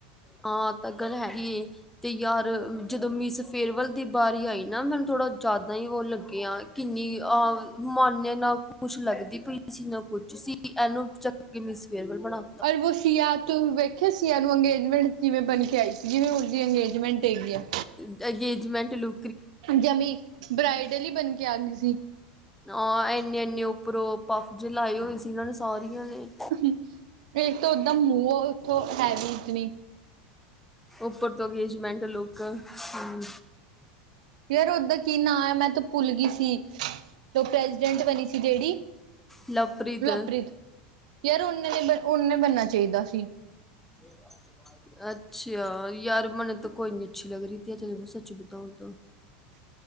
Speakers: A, in the centre; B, on the right.
A: ਹਾਂ ਤਾਂ ਗੱਲ ਹੈਗੀ ਤੇ ਯਾਰ ਜਦੋਂ ਮਿਸ ਫੇਅਰਵੈੱਲ ਦੀ ਬਾਰੀ ਆਈ ਨਾ ਮੈਨ ਥੋੜਾ ਜਿਆਦਾ ਹੀ ਉਹ ਲੱਗੀਆਂ ਕਿੰਨੀ ਅਹ ਮਾਨੇ ਨਾ ਕੁਛ ਲੱਗਦੀ ਪਈ ਸੀ ਨਾ ਕੁਛ ਸੀ ਇਹਨੂੰ <unintelligible> ਕਿ ਮਿਸ ਫੇਅਰਵਲ ਬਣਾ
B: ਪਰ ਵੋ ਸੀਆ ਤੋਂ ਵੇਖਿਆ ਸੀਆ ਨੂੰ ਅੰਗੇਜਮੈਂਟ ਕਿਵੇਂ ਬਣ ਕੇ ਆਈ ਸੀ ਜਿਵੇਂ ਉਹਦੀ ਅੰਗੇਜਮੈਂਟ ਹੈਗੀ ਆ
A: ਅੰਗਗੇਜਮੈਂਟ ਲੁ।
B: ਜਮੀ ਬਰਾਾਈਡਲ ਹੀ ਬਣ ਕੇ ਆ ਗਈ ਸੀ।
A: ਆਂ ਇੰਨੇ- ਇੰਨੇ ਉੱਪਰੋਂ ਪੱਫ ਜ ਲਾਏ ਹੋਏ ਸੀ ਇਹਨਾਂ ਨੇ ਸਾਰੀਆਂ ਨੇ।
B: ਇੱਕ ਤਾਂ ਓਦਾਂ ਮੂੰਹ ਉੱਥੋਂ ਹੈ ਵੀ ਇਤਨੀ।
A: ਉੱਪਰ ਤੋਂ ਅੰਗੇਜਮੈਂਟ ਲੁੱਕ ਹਮ
B: ਯਾਰ ਓਦਾ ਕੀ ਨਾਂ ਹੈ ਮੈਂ ਤੂੰ ਭੁੱਲ ਗਈ ਸੀ। ਉਹ ਪ੍ਰੈਜੀਡੈਂਟ ਬਣੀ ਸੀ ਜਿਹੜੀ
A: ਲਵਪ੍ਰੀਤ
B: ਲਪ੍ਰੀਤ ਯਾਰ ਨੇ ਨੇ ਬ ਉਹਨੇ ਬਣਨਾ ਚਾਹੀਦਾ ਸੀ।
A: <unintelligible> ਅੱਛਾ। ਯਾਰ ਮਨੂੰ ਤਾਂ ਕੋਈ ਨੀ ਅੱਛੀ ਲੱਗ ਰਹੀ ਤ ਚਲ ਮੈਂ ਸੱਚ ਬਤਾਉ ਤਾਂ